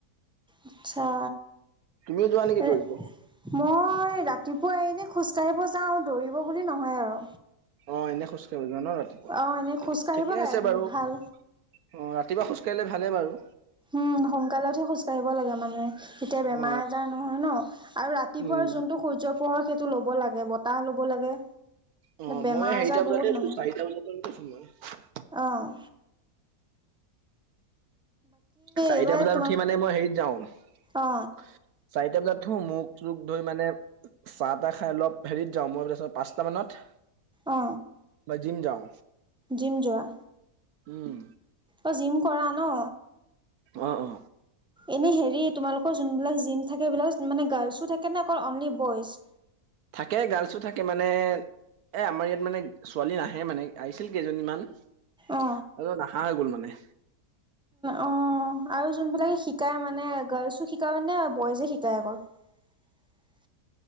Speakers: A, in the centre; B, on the right.
A: আচ্ছা।
B: তুমিও যোৱা নেকি
A: এ
B: দৌৰিব?
A: মই ৰাতি পুৱ এনেই খোজকাঢ়িব যাওঁ আৰু দৌৰিব বুলি নহয় আৰু।
B: অ এনেই খোজ কঢ় যা ন ৰাতিপুৱা
A: অঁ এনেই খোজকাঢ়িব
B: ঠিকে
A: লাগে
B: আছে
A: কিন্তু
B: বাৰু
A: ভাল
B: অ ৰাতিপুৱা খোজ কাঢ়িলে ভালে বাৰু
A: উম সোনকালতহে খোজ কাঢ়িব লাগে মানুহে তেতিয়া বেমাৰ
B: অ
A: আজাৰ নহয় ন আৰু ৰাতিপুৱাৰ
B: উম
A: যোনটো সূৰ্য পোহৰ সেইটো ল'ব লাগে ব বতাহ ল'ব লাগে
B: অ
A: বেমাৰ
B: মই হেৰিটা
A: আজাৰ
B: বজাতে
A: বহুত
B: উঠো
A: নহয়
B: চাৰিটা <inaudible>
A: অহ
B: চাৰিটা
A: এইবাৰ
B: বজাত
A: তোমাৰ
B: উঠি মানে মই হেৰিত যাওঁ
A: অ
B: চাৰিটা বজাত উঠো মুখ চুখ ধুই মানে চাহ তাহ খাই অলপ হেৰিত যাওঁ মই তাৰত পাঁচটা মানত
A: অ
B: জিম যাওঁ
A: জিম যোৱা
B: উম
A: অ জিম কৰা ন
B: অ অ
A: এনে হেৰি তোমালোকৰ যোনবিলাক জিম থাকে সেইবিলাক মানে গাৰ্লছো থাকে নে অনলি বইজ
B: থাকে গাৰ্লছো থাকে মানে এ আমাৰ ইয়াত মানে ছোৱালী নাহে মানে আহিছিল কেইজনীমান আৰু
A: অ
B: নহা হৈ গ'ল মানে
A: অ আৰু যোনবিলাকে শিকায় মানে গাৰ্লছো শিকায় নে বইজে শিকায় অকল <unintelligible> <inaudible>